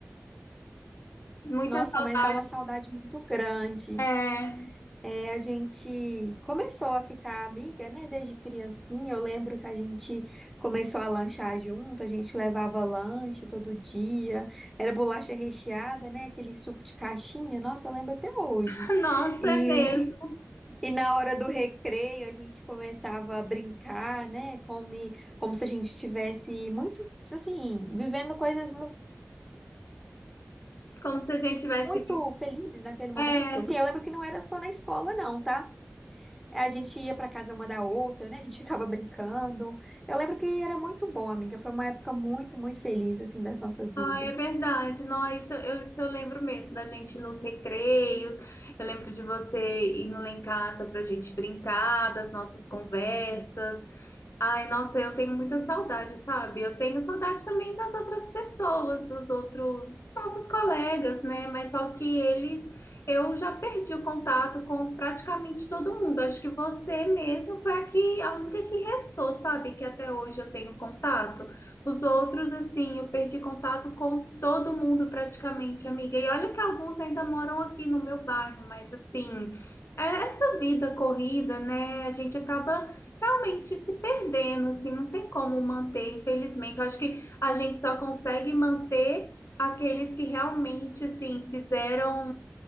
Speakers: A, on the left (about 65°); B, in the centre.
A: Muita
B: nossa,
A: saudade.
B: mas dá uma saudade muito grande.
A: É,
B: É, a gente começou a ficar amiga, né? Desde criancinha. Eu lembro que a gente começou a lanchar junto, a gente levava lanche todo dia. Era bolacha recheada, né? Aquele suco de caixinha. Nossa, eu lembro até hoje.
A: <laughs> nossa,
B: E,
A: é mesmo.
B: <laughs> e na hora do recreio, a gente começava a brincar, né? Como, como se a gente estivesse muito, assim, vivendo coisas mu-
A: Como se a gente tivesse
B: muito
A: vivido.
B: felizes naquele momento.
A: É.
B: E eu lembro que não era só na escola, não, tá? A gente ia para casa uma da outra, né? A gente ficava brincando. Eu lembro que era muito bom, amiga. Foi uma época muito, muito feliz, assim, das nossas vidas.
A: Ah, é verdade. Não, isso eu, isso eu lembro mesmo da gente ir nos recreios. Eu lembro de você indo lá em casa para a gente brincar, das nossas conversas. Ai, nossa, eu tenho muita saudade, sabe? Eu tenho saudade também das outras pessoas, dos outros, dos nossos colegas, né? Mas só que eles, eu já perdi o contato com praticamente todo mundo. Acho que você mesmo foi a que, a única que restou, sabe? Que até hoje eu tenho contato. Os outros, assim, eu perdi contato com todo mundo praticamente, amiga. E olha que alguns ainda moram aqui no meu bairro, mas assim, é essa vida corrida, né? A gente acaba realmente se perdendo, assim, não tem como manter, infelizmente. Eu acho que a gente só consegue manter aqueles que realmente, assim, fizeram,